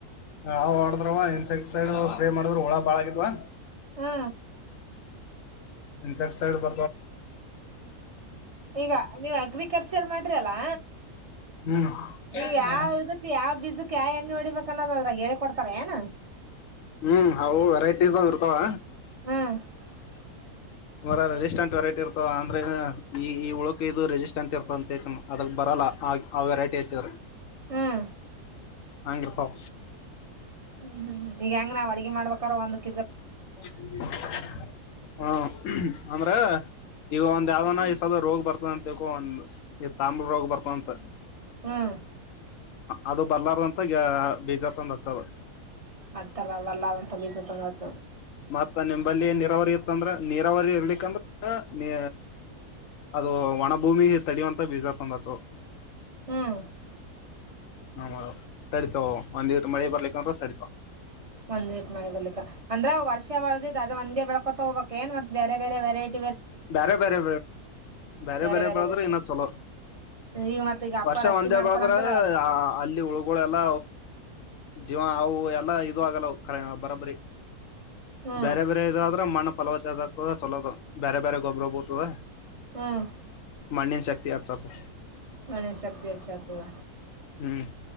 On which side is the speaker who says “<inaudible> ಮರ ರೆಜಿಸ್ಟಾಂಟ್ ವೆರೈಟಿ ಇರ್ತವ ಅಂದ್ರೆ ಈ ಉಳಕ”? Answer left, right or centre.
Left